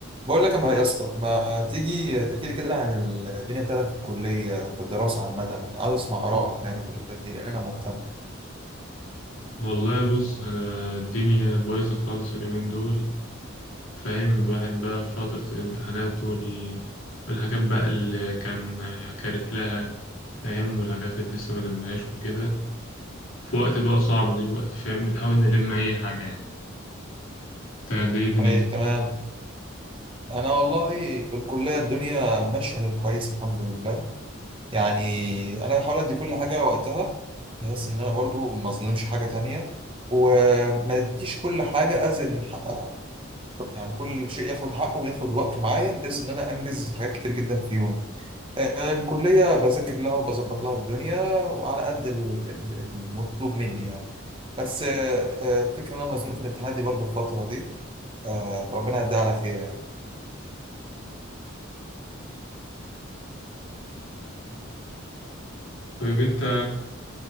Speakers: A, on the right; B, on the left.
A: بقول لك ما يا اسطى ما تيجي تحكي لي كده عن الدنيا بتاعتك في الكلية في الدراسة عامة عاوز اسمع آرائك يعني في الحتة دي لأن أنا مهتم
B: والله بص أنا الدنيا بايظة خالص اليومين دول فاهم الواحد بقى في فترة الامتحانات وال... والحاجات بقى اللي كان كارف لها فاهم والحاجات اللي لسه ملمهاش وكده في وقت بقى صعب دلوقتي فاهم بنحاول نلم أي حاجة يعني انت الدنيا دنيتك
A: طيب تمام أنا والله في الكلية الدنيا ماشية كويس الحمد لله يعني أنا بحاول أدي كل حاجة وقتها بحيث إن أنا برضو ما أظلمش حاجة تانية وما أديش كل حاجة أزيد من حقها يعني كل شيء ياخد حقه وياخد وقته معايا بحيث إن أنا أنجز حاجات كتير جدا في يوم آه، الكلية بذاكر لها وبظبط لها الدنيا وعلى قد ال- ال- المطلوب مني يعني بس آه، آه، الفكرة إن أنا مزنوق في الامتحانات دي برضو الفترة دي آه، فربنا يعديها على خير يعني
B: طيب انت